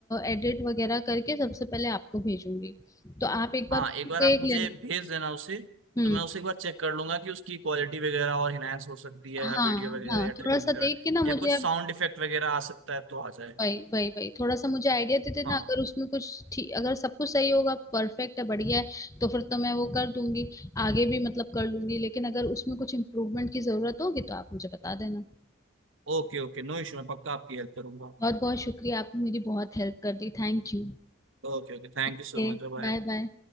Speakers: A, on the left; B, on the right.
A: एडिट वगैरह करके सबसे पहले आपको भेजूंगी तो आप एक बार
B: हाँ एक
A: देख
B: बार आप मुझे
A: लेना
B: भेज देना उसे
A: हम्म
B: तो मैं उसे एक बार चेक कर लूंगा कि उसकी क्वालिटी वगैरह और इनहेंस हो सकती है
A: हाँ
B: या वीडियो वगैरह
A: हाँ
B: या
A: थोड़ा
B: ट्रिमिंग
A: सा
B: वगैरह
A: देख के ना
B: या
A: मुझे
B: कुछ
A: आप
B: साउंड इफेक्ट वगैरह आ सकता है तो आ जाए
A: वही वही वही थोड़ा सा मुझे आइडिया दे देना
B: हाँ
A: अगर उसमें कुछ ठीक अगर सब कुछ सही होगा परफेक्ट है बढ़िया है तो फिर तो मैं वो कर दूंगी आगे भी मतलब कर लूंगी लेकिन अगर उसमें कुछ इम्प्रूवमेंट की जरूरत होगी तो आप मुझे बता देना
B: ओके ओके नो इशू मैं पक्का आपकी हेल्प करूंगा
A: बहुत बहुत शुक्रिया आपने मेरी बहुत हेल्प कर दी thank you
B: Okay okay thank
A: Okay
B: you so much bye
A: bye bye